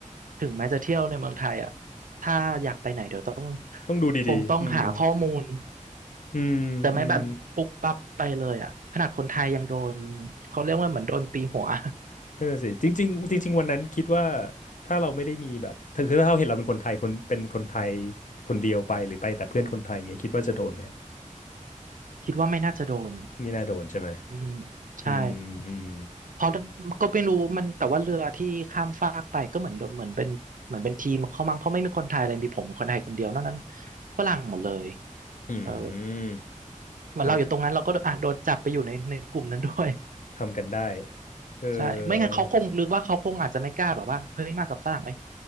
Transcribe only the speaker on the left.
ต้องดูดีๆอืม
อืมอืม
นั่นน่ะสิจริงๆจริงๆวันนั้นคิดว่าถ้าเราไม่ได้มีแบบถึงคือถ้าเราเห็นเราเป็นคนไทยคนเป็นคนไทยคนเดียวไปหรือไปแต่เพื่อนคนไทยอย่างเงี้ยคิดว่าจะโดนไหม
ไม่น่าโดนใช่ไหม
อืมอืม
อืม
ทำทำกันได้เออ